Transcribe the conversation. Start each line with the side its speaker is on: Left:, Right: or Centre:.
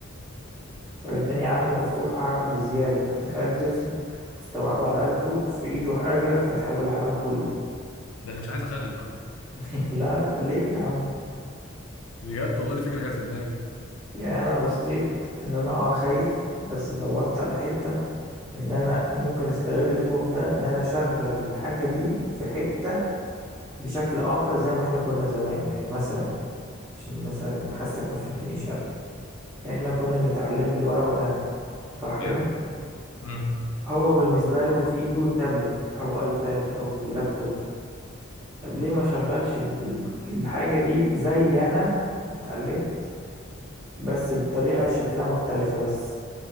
Right: فالدنيا عنده مفتوحه بزياده فتخيل طفل استوعب على قده في ايده حاجه فتح له العالم كله
Left: ده انا مش عايز اخلف على كده
Right: <laughs> لا لا ليه يا عم
Left: بجد والله دي فكره جت في دماغي
Right: يعني انا بصيت ان انا اه خايف بس دورت على حته ان انا ممكن استغل الخوف ده ان انا اشغل الحاجه دي في حته بشكل آخر زي ما احنا كنا زمان يعني مثلا عشان مثلا حاسك ما فهمتنيش أوي احنا كنا بنتعلم بالورقة والقلم صح
Left: جامد
Right: كده
Left: امم
Right: هو بالنسبة له في ايده تابلت أو ايباد أو لابتوب طب ليه ما شغلش ال- الحاجة دي زي أنا ما اتعلمت بس بطريقة شكلها مختلفة بس